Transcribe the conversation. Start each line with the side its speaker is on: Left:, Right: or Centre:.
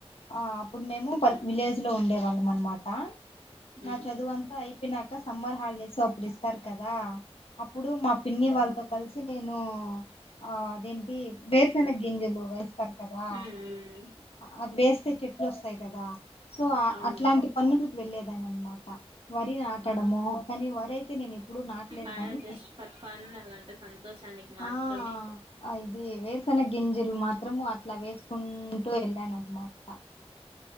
Left: ఆ అప్పుడు మేము పల్ విలేజ్లో ఉండే వాళ్ళమన్మాట.
Right: ఉమ్
Left: నా చదువు అంతా అయిపోయినాక సమ్మర్ హాలి సు అప్పుడు ఇస్తారు కదా అప్పుడు మా పిన్నివాళ్ళతో కలిసి నేను ఆ అదేంటి వేర్సెన గింజలు వేస్తారు. కదా
Right: ఉమ్ ఉమ్
Left: అది వేస్తే చెట్లోస్తాయి కదా సో
Right: అవును
Left: అట్లాంటి పన్నులు వెళ్ళలేదాని అనమాట వరి నాటడము
Right: ఆ
Left: వరైతే నేనేప్పుడు నాటలేదు
Right: ఆయన
Left: కానీ
Right: జస్ట్ ఫర్ ఫన్ అలాంటే సంతోషానికి మాత్రమే
Left: ఆ ఆ ఇది వేరుసన్న గింజలు మాత్రము అట్లా వేస్కుంటూ వెళ్ళానన్మాట.